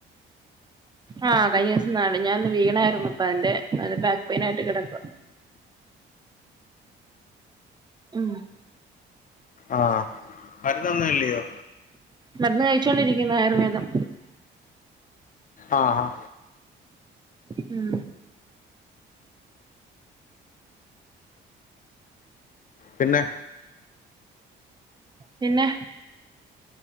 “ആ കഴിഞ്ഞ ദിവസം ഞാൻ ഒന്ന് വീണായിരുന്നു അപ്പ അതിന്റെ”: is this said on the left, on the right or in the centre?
Right